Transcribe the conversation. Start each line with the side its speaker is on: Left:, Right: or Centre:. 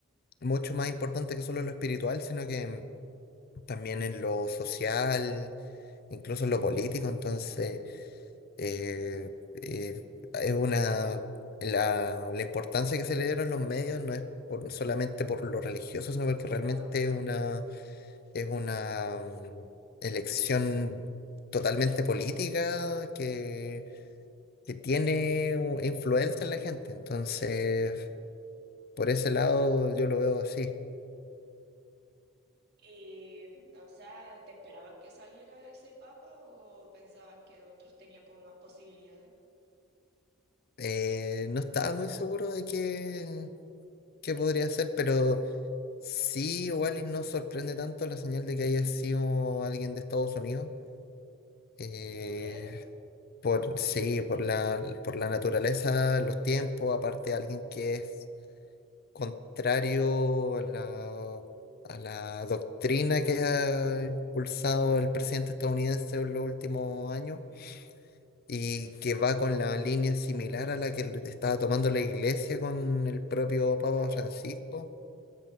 Left: mucho más importante que solo en lo espiritual, sino que también en lo social, incluso en lo político, entonces... eh, eh, es una, la, la importancia que se le dieron los medios no es por, solamente por lo religioso, sino porque realmente
Right: claro.
Left: es una, es una mm, elección totalmente política que, que tiene u- influencia en la gente. Entonces, por ese lado yo lo veo así.
Right: Y, o sea, ¿te esperabas que saliera ese papa o pensabas que otros tenían como más posibilidades?
Left: Eh, no estaba muy seguro de qué, qué podría ser, pero... Sí, igual y no sorprende tanto la señal de que haya sido alguien de Estados Unidos. eh,
Right: ¿Tú crees?
Left: por, sí, por la, por la naturaleza, los tiempos, aparte alguien que es contrario a la, a la doctrina que ha impulsado el presidente estadounidense en los últimos años y que va con la línea similar a la que estaba tomando la iglesia con el propio Papa
Right: Claro.
Left: Francisco.